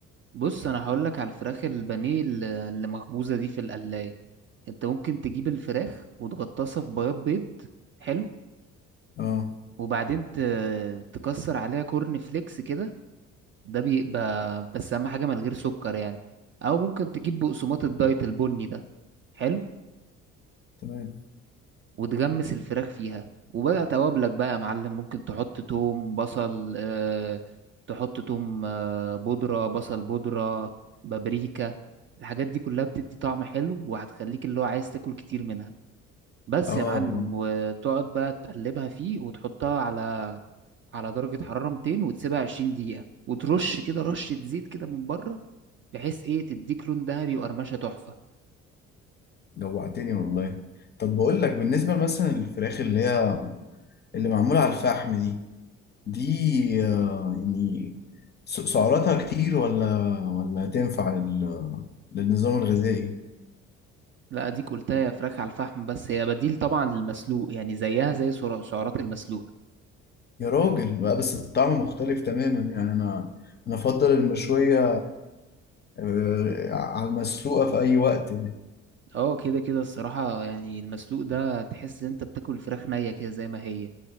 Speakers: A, on the right; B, on the left.
A: بص أنا هقولك على الفراخ البانيه الل- اللي مخبوزة دي في القلاية أنت ممكن تجيب الفراخ وتغطسها في بياض بيض حلو
B: اه
A: وبعدين ت- تكسر عليها كورن فليكس كده ده بيبقى بس أهم حاجة من غير سكر يعني أو ممكن تجيب بقسماط الدايت البني ده حلو
B: تمام
A: وتغمس الفراخ فيها وبقى توابلك بقى يا معلم ممكن تحط توم بصل آه، تحط توم آه، بودرة بصل بودرة بابريكا الحاجات دي كلها بتدي طعم حلو وهتخليك اللي هو عايز تاكل كتير منها بس
B: اه
A: يا معلم
B: آه،
A: وتقعد بقى تقلبها فيه وتحطها على على درجة حرارة 200 وتسيبها 20 دقيقة وترش كده رشة زيت كده من بره بحيث ايه تديك لون ذهبي وقرمشة تحفة
B: جوعتني والله طب بقول لك بالنسبة مثلا للفراخ اللي هي اللي معمولة على الفحم دي دي آه يعني س- سعراتها كتير ولا ولا تنفع لل... للنظام الغذائي
A: لا اديك قلتها يا فراخ على الفحم بس هي بديل طبعا للمسلوق يعني زيها زي سعر- سعرات المسلوق
B: يا راجل بقى بس الطعم مختلف تماما يعني انا انا افضل المشوية آه، على المسلوقة في اي وقت
A: اه كده كده الصراحة يعني المسلوق ده تحس ان انت بتاكل فراخ نية كده زي ما هي